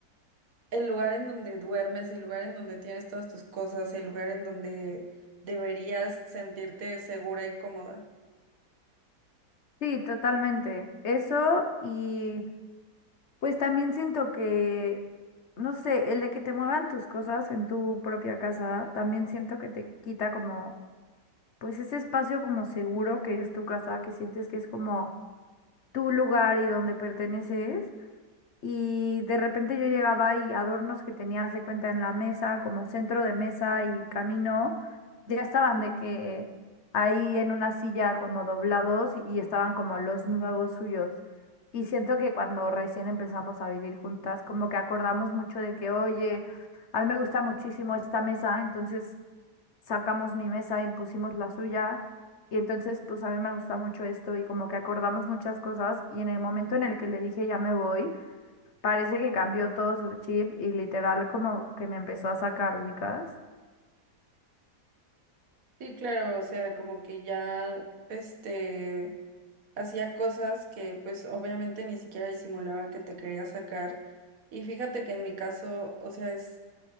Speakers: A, on the right (about 55°); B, on the left (about 50°).
A: el lugar en donde duermes, el lugar en donde tienes todas tus cosas, el lugar en donde deberías sentirte segura y cómoda.
B: Sí, totalmente. Eso y pues también siento que, no sé, el de que te muevan tus cosas en tu propia casa, también siento que te quita como, pues ese espacio como seguro que es tu casa, que sientes que es como tu lugar y donde perteneces. Y de repente yo llegaba y adornos que tenía haz de cuenta en la mesa, como centro de mesa y camino, ya estaban de que ahí en una silla como doblados y estaban como los nuevos suyos. Y siento que cuando recién empezamos a vivir juntas, como que acordamos mucho de que, oye, a mí me gusta muchísimo esta mesa, entonces sacamos mi mesa y pusimos la suya. Y entonces, pues a mí me gusta mucho esto y como que acordamos muchas cosas y en el momento en el que le dije ya me voy, Parece que cambió todo su chip y literal como que me empezó a sacar ubicas.
A: Sí, claro, o sea, como que ya, este, hacía cosas que pues obviamente ni siquiera disimulaba que te quería sacar. Y fíjate que en mi caso, o sea, es,